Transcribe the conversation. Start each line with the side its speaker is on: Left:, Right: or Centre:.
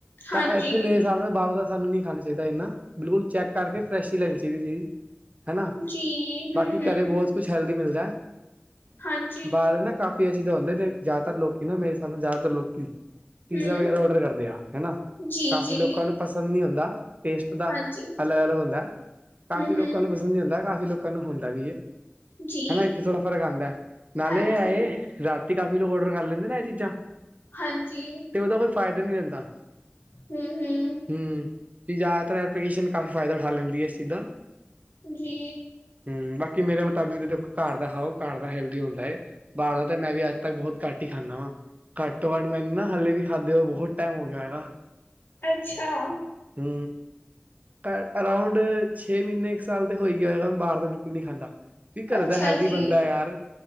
Right: ਤਾਂ
Left: ਹਾਂਜੀ
Right: ਇੱਥੇ ਮੇਰੇ ਹਿਸਾਬ ਨਾਲ ਬਾਹਰ ਦਾ ਸਨੂੰ ਨੀ ਖਾਣਾ ਚਾਹੀਦਾ ਇੰਨਾ ਬਿਲਕੁਲ ਚੈੱਕ ਕਰਕੇ ਫਰੈਸ਼ ਹੀ ਲੈਣੀ ਚਾਹੀਦੀ ਚੀਜ਼। ਹਨਾ
Left: ਜੀ ਹਮ
Right: ਬਾਕੀ
Left: ਹਮ
Right: ਘਰੇ ਬਹੁਤ ਕੁਛ ਹੈਲਦੀ ਮਿਲਦਾ
Left: ਹਾਂਜੀ
Right: ਬਾਹਰ ਨਾ ਕਾਫੀ ਇਹ ਚੀਜ਼ ਤਾਂ ਹੁੰਦੇ ਜ਼ਿਆਦਾਤਰ ਲੋਕੀ ਨਾ ਮੇਰੇ ਸਾਬ ਨਾਲ ਜ਼ਿਆਦਾਤਰ ਲੋਕੀ ਪੀਜ਼ਾ
Left: ਹਮ
Right: ਵਗੈਰਾ ਓਡਰ ਕਰਦੇ ਆ ਹਨਾ
Left: ਜੀ
Right: ਕਾਫੀ
Left: ਜੀ
Right: ਲੋਕਾਂ ਨੂੰ ਪਸੰਦ ਨੀ ਹੁੰਦਾ। ਟੇਸਟ ਦਾ
Left: ਹਾਂਜੀ
Right: ਅਲੱਗ ਅਲੱਗ ਹੁੰਦਾ ਕਾਫ਼ੀ
Left: ਹਮ
Right: ਲੋਕਾਂ
Left: ਹਮ
Right: ਨੂੰ ਪਸੰਦ ਨੀ ਹੁੰਦਾ ਕਾਫੀ ਲੋਕਾਂ ਨੂੰ ਹੁੰਦਾ ਵੀ ਏ।
Left: ਜੀ
Right: ਹਨਾ ਇੱਥੇ ਥੋੜਾ ਫਰਕ ਆਂਦਾ ਨਾਲੇ
Left: ਹਾਂਜੀ
Right: ਹੈ ਰਾਤੀ ਕਾਫ਼ੀ ਲੋਕ ਔਡਰ ਕਰ ਲੈਂਦੇ ਨਾ ਇਹ ਚੀਜ਼ਾਂ।
Left: ਹਾਂਜੀ।
Right: ਤੇ ਉਹਦਾ ਕੋਈ ਫਾਇਦਾ ਨੀ ਰੈਂਦਾ।
Left: ਹੁੰ ਹੁੰ
Right: ਹੂੰ, ਜ਼ਿਆਦਾਤਰ ਐਪਲੀਕੇਸ਼ਨ ਕਾਫੀ ਫਾਇਦਾ ਉਠਾ ਲੈਂਦੀ ਹੈ ਇਸ ਚੀਜ਼ ਦਾ
Left: ਜੀ।
Right: ਹੁੰ ਬਾਕੀ ਮੇਰੇ ਮੁਤਾਬਿਕ ਦੇਖੋ ਘਰ ਦਾ ਖਾਓ ਘਰ ਦਾ ਹੈਲਦੀ ਹੁੰਦਾ ਏ। ਬਾਹਰੋਂ ਤੇ ਮੈਂ ਵੀ ਅੱਜ ਤੱਕ ਬਹੁਤ ਘੱਟ ਹੀ ਖਾਂਦਾ ਵਾਂ। ਘੱਟ ਤੋਂ ਘੱਟ ਮੈਨੂੰ ਨਾ ਹਾਲੇ ਵੀ ਖਾਦੇ ਹੋਏ ਬਹੁਤ ਟਾਈਮ ਹੋ ਗਿਆ ਹੈਗਾ।
Left: ਅੱਛਾ।
Right: ਹੁੰ। ਖ਼ੈਰ ਅਰਾਉਂਡ ਛੇ ਮਹੀਨੇ ਇੱਕ ਸਾਲ ਤੇ ਹੋਈ ਗਿਆ ਹੋਏਗਾ ਮੈਂ ਬਾਹਰ ਤਾਂ ਬਿਲਕੁਲ ਨਹੀਂ ਖਾਂਦਾ। ਕਿ ਘਰ
Left: ਅੱਛਾ
Right: ਦਾ ਹੈਲਦੀ
Left: ਜੀ
Right: ਬੰਦਾ ਯਾਰ